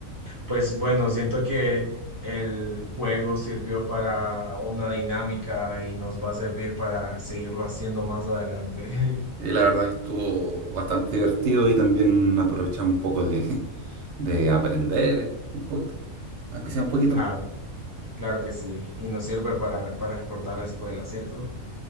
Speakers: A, on the right; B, on the right.
A: Pues bueno, siento que el juego sirvió para una dinámica y nos va a servir para seguirlo haciendo más adelante. <laughs>
B: Y la verdad que estuvo bastante divertido y también aprovechamos un poco de, <laughs> de aprender un poquito, aunque sea un poquito.
A: Claro, claro que sí. Y nos sirve para, para recortar la escuela, ¿cierto?